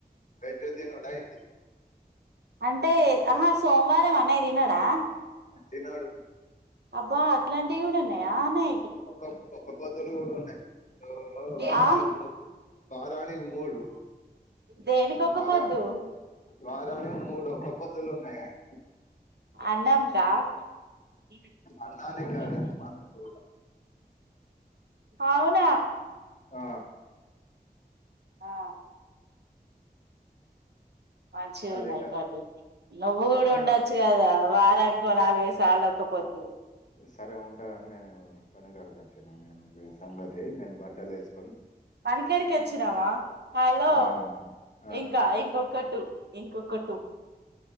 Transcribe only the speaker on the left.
వెజ్జు తినుడ ఏంది
తిన్నాడు
ఒక ఒక బొతులు గూడ ఉన్నాయి ఓ వారానికి
మూడు వారానికి మూడు
వార
వారానికి మూడు ఒక పొద్దులు ఉన్న నేను
అన్నానికి కాదు
మనకు
ఆ
అదే
కథ
ఆ,
సరే ఉంట గాని నేను పని గాడికి వచ్చిన నేను సంగతి నేను బట్టలు వేస్
ఆ, ఆ,